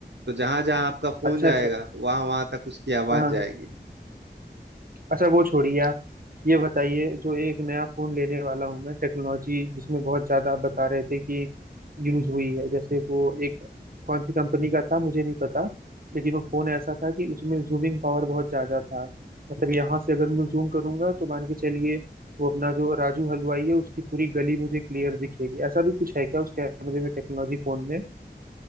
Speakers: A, on the right; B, on the right.
A: तो जहां जहां आपका फोन
B: अच्छा
A: जाएगा
B: अच्छा
A: वहां वहां तक उसकी आवाज
B: हाँ हाँ।
A: जाएगी
B: अच्छा वो छोड़िए आप ये बताइए जो एक नया फोन लेने वाला हूँ मैं टेक्नोलॉजी जिसमें बहुत ज्यादा आप बता रहे थे कि यूज हुई है जैसे वो एक कौन सी कंपनी का था मुझे नहीं पता लेकिन वो फोन ऐसा था कि उसमें जूमिंग पावर बहुत ज्यादा था मतलब यहाँ से अगर मैं जूम करूंगा तो मान के चलिए वो अपना जो राजू हलवाई है उसकी पूरी गली मुझे क्लियर दिखेगी ऐसा भी कुछ है क्या उस कैमरे में टेक्नोलॉजी फोन में